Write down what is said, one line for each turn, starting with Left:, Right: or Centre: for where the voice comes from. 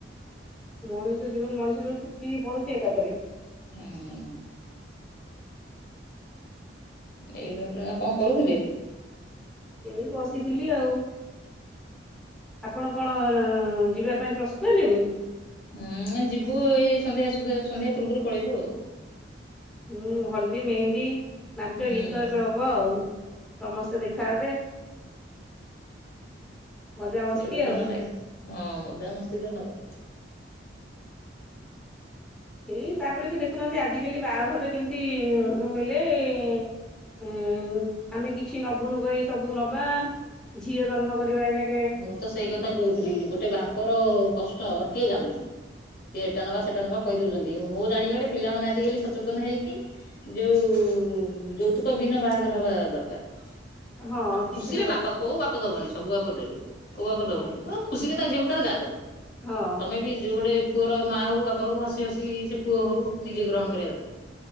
Centre: ମଣିଷ ଜୀବନ ମଣିଷ ଯୋଉ ଛିଟିକିକି ପଡ଼ୁଛି ଏକାଥରେ।
Left: ହଁ। ଏଇଭଳିଆ ପରା ଆଉ କଣ କରୁଥିଲେ?
Centre: ଏଇ ବସିଥିଲି ଆଉ। ଆପଣ କଣ ଯିବା ପାଇଁ ପ୍ରସ୍ତୁତ ହେଲେଣି।
Left: ହୁଁ ଏ ଯିବୁ ଏଇ ସନ୍ଧ୍ୟା ସୁଦ୍ଧା ସନ୍ଧ୍ୟା ପୂର୍ବରୁ ପଳେଇବୁ ଆଉ‌।
Centre: ହୁଁ ହଳଦୀ ମେହେନ୍ଦି। ନାଚ
Left: ହୁଁ
Centre: ଗୀତ ଏବେ ହବ ଆଉ, ସମସ୍ତେ ଦେଖାହେବେ। ମଜାମସ୍ତି
Left: ସେ ଗୋଟେ ଭଲ
Centre: ଆଉ।
Left: ଲାଗିବ। ହଁ, ମଜାମସ୍ତି ତ ହବ।
Centre: ଏଇ, ତାପରେ ବି ଦେଖୁନାହାନ୍ତି, ଆଜିିକାଲି ବାହାଘରରେ କେମିତି-ଇ-ଇ କଣ କହିଲେ -ଏ-ଏ ଉଁ, ଆମେ କିଛି ନବୁନୁ କହି ସବୁ ନବା, ଝିଅ ଜନ୍ମ କରିବା ଏଇନା
Left: ମୁଁ ତ ସେଇ କଥା କହୁଥିଲି, ଗୋଟେ ବାପ ର କଷ୍ଟ କିଏ ଜାଣୁଛି? କେ ଏଟା ନବା, ସେଟା ନବା କହି ଦଉଛନ୍ତି। ମୁଁ ଜାଣିବାରେ, ପିଲାମାନେ ଆଜିକାଲି ସଚେତନ ହେଇକି ଯୋଉ ଯୌତୁକ ବିନ୍ନ ବାହାଘର ହବା ଦରକାର।
Centre: ହଁ କିଛି
Left: ଖୁସିରେ
Centre: ନହେଲେ
Left: ବାପ କୋଉ ବାପ ଦବନି, ସବୁ ବାପ ଦେବେ। କୋଉ ବାପ ଦବନି।
Centre: ହଁ
Left: ହଉ, ଖୁସିରେ ତା ଝିଅକୁ ତାର ଯାହା ଦେଲା,
Centre: ହଁ
Left: ତମେ ବି ଯୋଉ ଗୋଟେ ପୁଅର ମାଆ ହଉ, ବାପା ହଉ, ହସି ହସି ସେ ପୁଅ ହଉ, ନିଜେ ଗ୍ରହଣ କରିବା ଦରକାର।